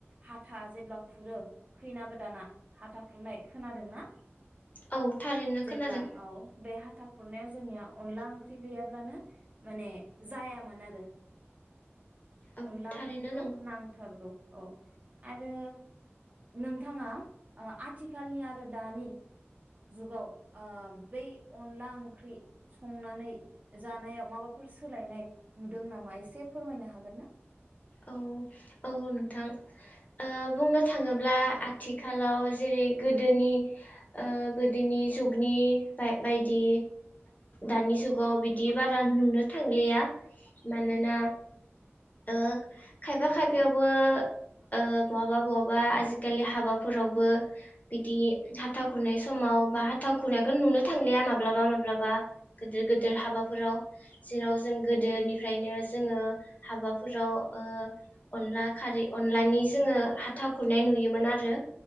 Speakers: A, on the right (about 35°); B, on the left (about 35°).
A: हाथा जेब्ला खुरो खैना गोदाना हाथा खुरनाय खोनादोंना?
B: औ थारैनो
A: जेब्ला
B: खोनादों
A: औ बे हाथा खुरनायाव जोंनिया अनला ओंख्रि गैयाब्लानो माने जायामोन आरो।
B: औ
A: अनला
B: थारैनो
A: ओंख्रिखौ
B: नांगौ
A: नांथारगौ। औ आरो नोंथाङा ओ आथिखालनि आरो दानि जुगाव ओ बै अनला ओंख्रि संनानै जानायाव माबाफोर सोलायनाय नुदों नामा एसे फोरमायनो हागोन ना?
B: औ औ नोंथां ओ बुंनो थाङोब्ला आथिखालाव जेरै गोदोनि ओ गोदोनि जुगनि बाय बायदि दानि जुगाव बिदि बारा नुनो थांलिया। मानोना
A: औ
B: ओ खायफा खायफायावबो ओ बहाबा बहाबा आजिखालि हाबाफोरावबो बिदि हाथा खुरनाय समाव बा ह <unintelligible> नुनो थांलिया माब्लाबा माब्लाबा गिदिर गिदिर
A: औ
B: हाबाफोराव जेराव जों गोदोनिफ्रायनो
A: औ
B: जोङो हाबाफोराव ओ अनला खारै अनलानि जोङो हाथाव खुरनाय नुयोमोन आरो